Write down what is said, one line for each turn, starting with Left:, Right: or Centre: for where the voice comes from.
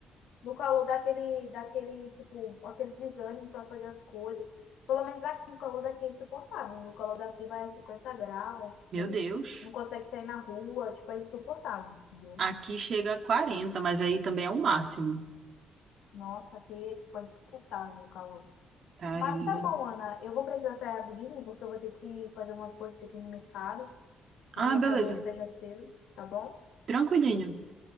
Left: no calor daquele, daquele, tipo, aquele desânimo pra fazer as coisas. Pelo menos aqui, o calor daqui é insuportável. No calor daqui vai a 50 graus, tipo,
Right: Meu Deus.
Left: não consegue sair na rua, tipo, é insuportável, entendeu?
Right: Aqui chega a 40, mas aí também é o máximo.
Left: Nossa, aqui, tipo, é insuportável o calor.
Right: Caramba.
Left: Mas tá bom, Ana, eu vou precisar sair rapidinho, porque eu vou ter que fazer umas coisas aqui no mercado.
Right: Ah,
Left: E o mercado
Right: beleza.
Left: hoje fecha cedo, tá bom?
Right: Tranquilinho.